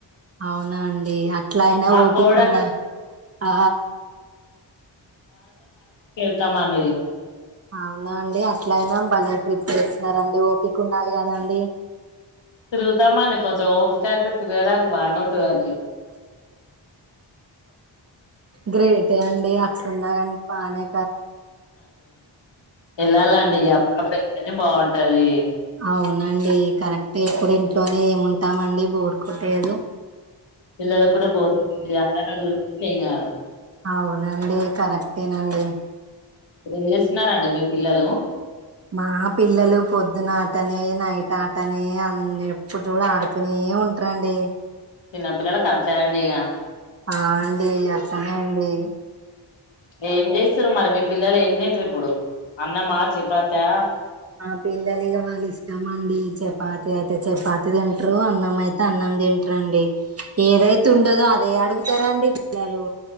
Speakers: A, on the right; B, on the left.
A: అవునా అండి అట్లా అయినా
B: మా
A: ఓపికుండాలి
B: కోడలు
A: ఆ
B: కట్టమండి
A: అవునా అండి అస ఎట్లైనా పల్లె ట్రిప్ ఏస్తున్నార ఓకె కు ఉండాలి కదండి
B: తిరుగుతాం అండి కొంచెం ఓపిక అయితే తిరగడానికి బాగానే ఉంటుందండీ
A: గ్రేటే అండి అక్కలున్నాగాని పనే
B: ఎల్లాలండి అప్పుడ పెని బాగుంటు ట అది
A: అవునండి కరెక్ట్ ఇప్పుడు ఇంట్లోనే ఏముంటామండి బోరుకుట్టేయదు.
B: పిల్లలకు కూడ బోర్ కుట్టియ్యదు చేంగా
A: అవునండి కరెక్టేనండి
B: ఏం చేస్తున్నారండి మీ పిల్లలు
A: మా పిల్లలు పొద్దున ఆటనే నైట్ ఆడ్తానే ఆ ఎప్పుడు చూ ఆడుతూనే ఉంటారండి
B: చిన్నపిల్లలకు అంతేయండి ఇగ
A: ఆ అండి అట్లనే అండి
B: ఏం చేస్తారు మరి మీ పిల్లలు ఏం తింటారు ఇప్పుడు అన్నమా చపాతా
A: ఆ పిల్లలిగా వాళ్ళు ఇష్టమ అండి చపాతి అయితే చపాతి తింటారు అన్నం అయితే అన్నం తింటారండి ఏదైతే ఉండదో అదే అడుగుతారా అండి పిల్లలు